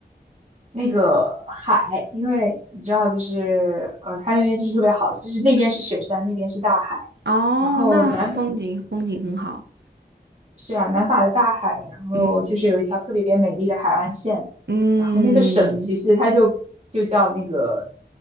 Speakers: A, on the right (about 40°); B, on the right (about 75°).
A: 那个海，因为你知道，就是呃，它那边就是特别好，就是那边是雪山，那边是大海，
B: 哦，
A: 然后南
B: 那很风景风景很好，
A: 是啊，南法的大海，然后就是有一条特别美丽的海岸线，
B: 嗯嗯
A: 然后那个省其实它就就叫那个，